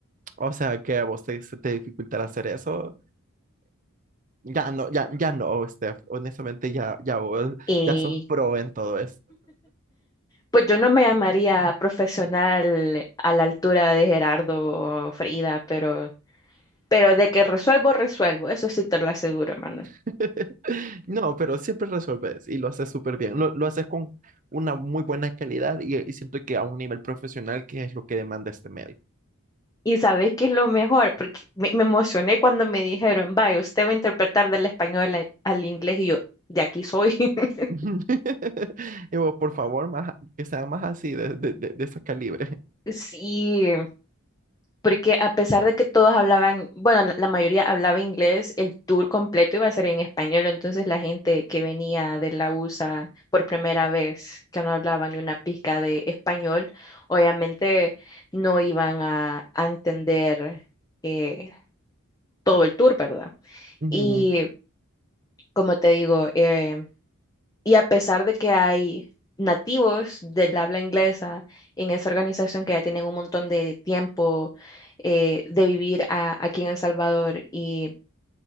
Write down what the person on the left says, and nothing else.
Y
pues yo no me llamaría profesional a la altura de Gerardo o Frida, pero... Pero de que resuelvo, resuelvo. Eso sí te lo aseguro, hermano.
Y sabes qué es lo mejor, porque me, me emocioné cuando me dijeron, vaya, usted va a interpretar del español al, al inglés y yo, de aquí soy. <laughs>
Sí, porque a pesar de que todos hablaban, bueno, la la mayoría hablaba inglés, el tour completo iba a ser en español, entonces la gente que venía de la USA por primera vez, que no hablaban ni una pizca de español, obviamente no iban a, a entender. eh, todo el tour, ¿verdad?
Y como te digo, eh, y a pesar de que hay nativos del habla inglesa en esa organización que ya tienen un montón de tiempo eh, de vivir a- aquí en El Salvador y,